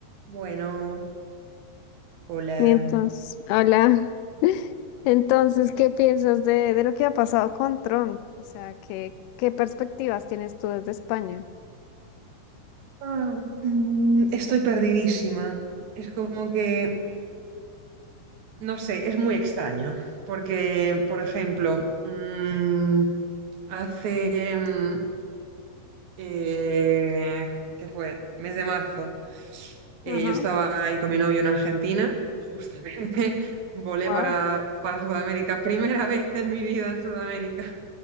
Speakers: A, on the right; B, on the left.
A: Bueno, hola.
B: Y entonces, hola. <laughs> Entonces, ¿qué piensas de, de lo que ha pasado con Trump? O sea, ¿qué, qué perspectivas tienes tú desde España?
A: Ah, mm, estoy perdidísima. Es como que, no sé, es muy extraño. Porque, por ejemplo, mm, hace, mm, eh, ¿qué fue? Mes de marzo, eh,
B: Ajá,
A: yo estaba ahí con mi novio en Argentina. Justamente <laughs> volé
B: wow,
A: para, para Sudamérica, <laughs> primera vez en mi vida en Sudamérica.